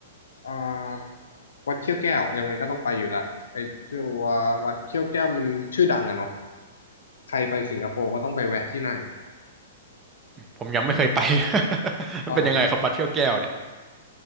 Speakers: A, on the left (about 80°); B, on the right (about 15°).
A: อ่าวัดเขี้ยวแก้วยังไงก็ต้องไปอยู่ละไปตัววัดเขี้ยวแก้วมันชื่อดังอะเนาะใครไปสิงคโปร์ก็ต้องไปแวะที่นั่น
B: ผมยังไม่เคยไป <laughs> มันเป็นยังไงครับบัดเที่ยวแก้วเนี่ย
A: อ๋อเหรอครับ